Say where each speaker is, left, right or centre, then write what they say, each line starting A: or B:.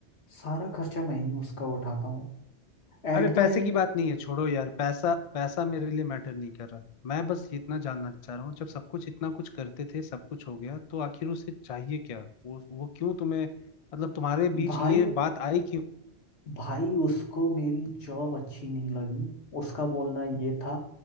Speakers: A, on the left; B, on the left.
A: सारा खर्चा मैं ही उसका उठाता हूँ
B: अरे
A: एट
B: पैसे
A: द एंड
B: की बात नहीं है छोड़ो यार पैसा पैसा मेरे लिए मैटर नहीं कर रहा मैं बस ये इतना जानना चाह रहा हूँ जब सब कुछ इतना कुछ करते थे सब कुछ हो गया तो आखिर उसे चाहिए क्या वो वो क्यों तुम्हें मतलब तुम्हारे बीच
A: भाई
B: ये बात आई क्यों
A: भाई उसको मेरी जॉब अच्छी नहीं लगी उसका बोलना ये था